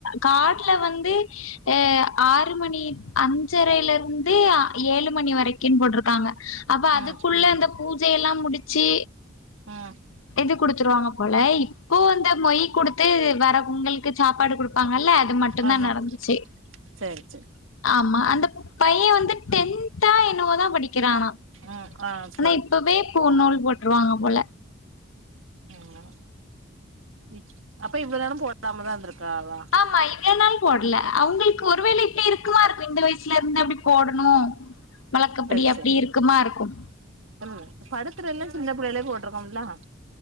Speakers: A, on the left; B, on the right.
A: காட்ல வந்து எ ஆறு மணி அஞ்சரையிலிருந்து ஏழு மணி வரைக்கின் போட்ருக்காங்க அப்ப அதுக்குள்ள
B: ம்
A: இந்த பூஜையெல்லா முடிச்சி
B: ம்
A: இது குடுத்துருவாங்க போல இப்போ வந்த மொய் குடுத்து வர உங்களுக்கு சாப்பாடு குடு ப்பாங்கல்ல அது மட்டுந்தா
B: ஆமா
A: நடந்துச்சு
B: சேரி சேரி
A: ஆமா அந்த பைய வந்து டென்தா என்னவோதா படிக்கிறானா
B: அ ஆ
A: ஆனா
B: சரி
A: இப்பவே பூநூல் போட்ருவாங்க போல
B: ம் இப் அப்ப இவ்ள நேரம் போடாமதா இருந்திருக்காவா
A: ஆமா இவ்வள் நாள் போட்ல அவுங்களுக்கு ஒருவேல இப்டி இருக்குவா இருக்கு இந்த வயசு ஸ்லருந்து அபடி போடணு வழக்கப்படி
B: சரி
A: அப்டி
B: சரி
A: இருக்குமா இருக்கும்
B: ம் படத்துல எல்லா சின்ன பிள்ளையிலே போட்ருக்கோம்லா